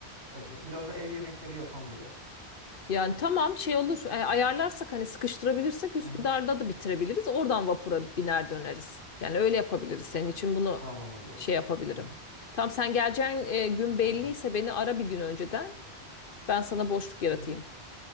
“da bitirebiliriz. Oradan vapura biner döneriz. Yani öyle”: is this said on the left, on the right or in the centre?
Left